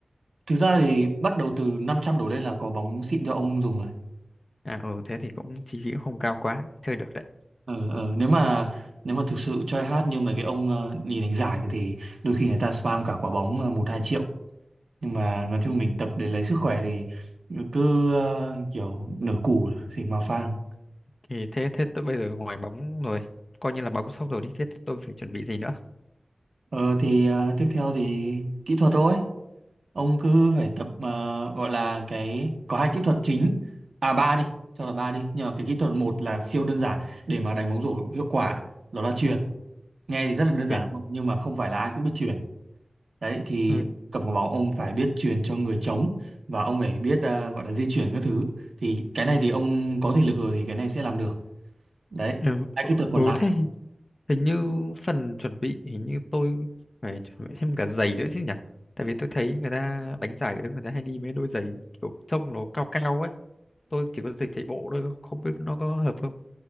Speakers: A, on the right; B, on the left.
A: thực ra thì bắt đầu từ 500 đổ lên là có bóng xịn cho ông dùng rồi
B: à ừ thế thì cũng chi phí cũng không cao quá chơi được đấy
A: ờ, ờ, nếu mà nếu mà thực sự try hard như mấy cái ông ờ, đi đánh giải thì đôi khi người ta spam cả quả bóng ờ, một hai triệu nhưng mà nói chung mình tập để lấy sức khỏe thì cứ ờ, kiểu nửa củ thì mà phang
B: thì thế thế tôi bây giờ ngoài bóng rồi coi như là bóng xong rồi đi thế tôi phải chuẩn bị gì nữa
A: Ờ thì ờ, tiếp theo thì kỹ thuật thôi. Ông cứ phải tập ờ, gọi là cái có hai kỹ thuật chính. À ba đi, cho là ba đi. Nhưng mà cái kỹ thuật một là siêu đơn giản để mà đánh bóng rổ hiệu quả, đó là chuyền. Nghe thì rất là đơn
B: quyền
A: giản đúng không? Nhưng mà không phải là ai cũng biết chuyền. Đấy thì
B: ừ,
A: cầm quả bóng ông phải biết chuyền cho người trống và ông phải biết ờ, gọi là di chuyển các thứ. Thì cái này thì ông có thể lực rồi thì cái này sẽ làm được. Đấy.
B: ừ,
A: Hai
B: ừ,
A: kỹ thuật còn
B: ừ,
A: lại
B: thế hình hình như phần chuẩn bị hình như tôi phải chuẩn bị thêm cả giày nữa chứ nhỉ tại vì tôi thấy người ta đánh giải ở đấy người ta hay đi mấy đôi giày kiểu trông nó cao cao ấy tôi chỉ có giày chạy bộ thôi không biết nó có hợp không